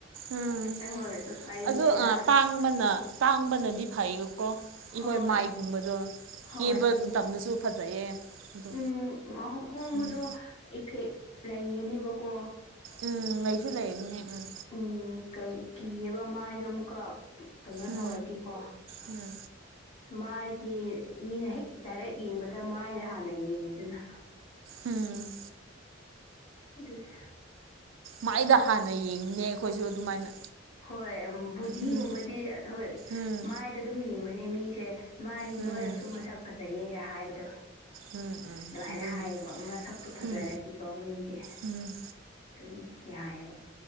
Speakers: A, on the right; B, on the left.
A: ꯎꯝ
B: ꯈꯤꯇꯪ ꯑꯣꯏꯔꯁꯨ ꯇꯩꯁꯤꯔꯥ
A: ꯑꯗꯨ ꯄꯥꯛ ꯇꯥꯡꯕꯅ ꯇꯥꯡꯕꯅꯗꯤ ꯐꯩꯀꯣ ꯑꯩꯈꯣꯏ
B: ꯍꯣꯏ
A: ꯃꯥꯏꯒꯨꯝꯕꯗꯣ
B: ꯍꯣꯏ
A: ꯀꯦꯕ ꯀꯦꯕ ꯃꯇꯝꯗꯁꯨ ꯐꯖꯩꯌꯦ ꯑꯗꯣ
B: ꯎꯝ ꯍꯣꯡꯕꯗꯣ
A: ꯎꯝ
B: ꯏꯐꯦꯛ ꯂꯩꯒꯅꯦꯕꯀꯣ
A: ꯎꯝ ꯂꯩꯁꯨ ꯂꯩꯕꯅꯤ ꯎꯝ
B: ꯎꯝ ꯀꯩ ꯀꯤꯑꯦꯕ ꯃꯥꯢꯗꯣ ꯑꯃꯨꯛꯀ ꯀꯩꯅꯣ
A: ꯎꯝ
B: ꯇꯧꯔꯗꯤꯀꯣ
A: ꯎꯝ
B: ꯃꯥꯥꯏꯗꯤ ꯃꯤꯅ ꯍꯦꯛ ꯗꯥꯏꯔꯦꯛ ꯌꯦꯡꯕꯗ ꯃꯥꯏꯗ ꯍꯥꯟꯅ ꯌꯦꯡꯉꯤꯗꯅ
A: ꯎꯝ
B: ꯑꯗꯨꯅꯤ
A: ꯃꯥꯏꯗ ꯍꯥꯟꯅ ꯌꯦꯡꯉꯦ ꯑꯩꯈꯣꯏꯁꯨ ꯑꯗꯨꯃꯥꯏꯅ
B: ꯍꯣꯏ ꯕꯨꯙꯤꯒꯨꯝꯕꯗꯤ
A: ꯎꯝ
B: ꯍꯣꯏ
A: ꯎꯝ
B: ꯃꯥꯏꯗ ꯑꯗꯨꯝ ꯌꯦꯡꯕꯅꯦ ꯃꯤꯁꯦ ꯃꯥꯗꯤ
A: ꯎꯝ
B: ꯅꯣꯏꯔꯁꯨ ꯃꯁꯛ ꯐꯖꯩꯌꯦꯒ ꯍꯥꯏꯕꯗꯣ
A: ꯎꯝ ꯎꯝ
B: ꯑꯗꯨꯃꯥꯏꯅ
A: ꯑꯗꯨꯅꯦ
B: ꯍꯥꯏꯌꯦꯕ ꯃꯁꯛꯄꯨ ꯐꯖꯔꯗꯤꯀꯣ
A: ꯎꯝ
B: ꯃꯤꯗꯤ ꯑꯗꯨꯝ
A: ꯎꯝ
B: ꯌꯥꯏꯑꯦꯕ